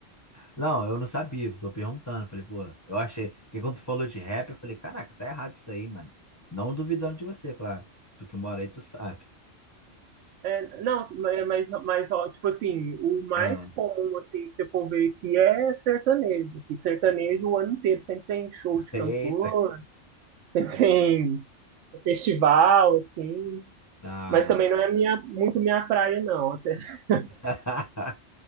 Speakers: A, on the left; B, on the right.
A: Não, eu não sabia, tô perguntando. Falei, pô, eu achei. Porque quando tu falou de rap, eu falei, caraca, tá errado isso aí, mano. Não duvidando de você, claro. Tu que mora aí, tu sabe.
B: É, não, mas, mas, mas, ó, tipo assim, o mais
A: Ah.
B: comum, assim, que você for ver aqui é sertanejo. Que sertanejo o ano inteiro sempre tem show
A: <laughs>
B: de
A: Eita.
B: cantor, <laughs> sempre tem festival, assim.
A: Ah,
B: Mas
A: mano.
B: também não é minha, muito minha praia, não. Até- <laughs>
A: <laughs>